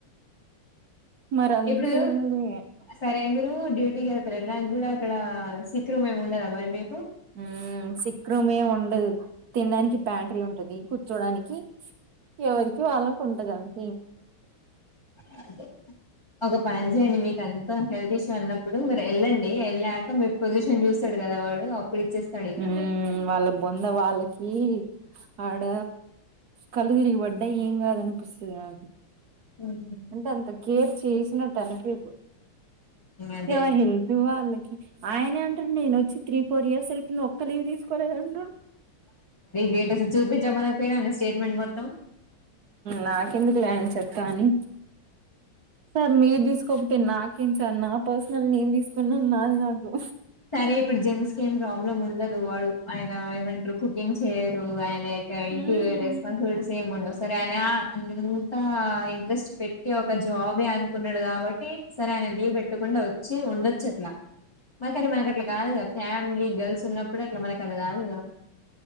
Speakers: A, on the right (about 70°); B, on the left (about 15°).
A: మరి అంతేముంది
B: ఇప్పుడు సరే మీరు డూటీకి వెళ్తారు ఎనికి కూడా అక్కడ సిక్్ర మేము ఉండదా మరి మే
A: ఉ శీఖ్రమే ఉండదు తినడానికి ప్యాంట్రీ ఉంటుది కూర్చోడానికి ఎవరికి వాళ్ళకు ఉంటదండి
B: అదే ఒకప్పజే నిమిల్ హెల్త్ ఇష్యూ అన్నప్పుడు మీరు వెళ్ళండి వెళ్ళాక మీ పొజిషన్ చూస్తాడు కదా వాడు అప్పుడు ఇచ్చేస్తాడు ఇక
A: హ వాళ్ళ బొంద వాళ్ళకి ఆడ కలుదిరిగి వడ్డ ఏంగ్ అద అనిపిస్తుది అ
B: ఉమ్
A: అంటే అంత కేర్ చేసినట్టు అనిపదు
B: అదే
A: ఎవరి హెల్త్ వా్వాలి ఆయనే అంటారు నేను వచ్చి త్రీ ఫోర్ ఇయర్స్ అయితుంది ఒక్క లీవ్ తీసుకోలేదంట
B: లేటస్ చూపించమకపోనా అడి స్టేట్మెంట్ మొత్తం
A: నాకెందుకు లేం చెప్ని సార్ మీరు తీసుకు కపోతే నాకేం చ నా పర్సనల్ నేను తీసుకున్నా నా నాకు
B: సరే ఇప్పుడు జెంట్స్ క ఏం ప్రాబ్లం ఉండదు వాడు ఆయన ఏమంటారు కుకింగ్ చేయరు ఆయన ఇంటి
A: ఉమ్
B: రెస్ాన్సబిలిటీ సేమ్ ఉ సరే ఆయన అంతా ఇంట్రెస్ట్ పెట్టి ఒక జాబే అనుకున్నాడు కాబట్టి సరే ఆ లీవ్ పెట్టకుండా వచ్చి ఉండొచ్చు అట్లా మకని మనకు అట్లా కాదు కదా ఫ్యామిలీ గర్ల్స్ ఉన్నప్పుడు అట్లా మనకు అది కాదు కద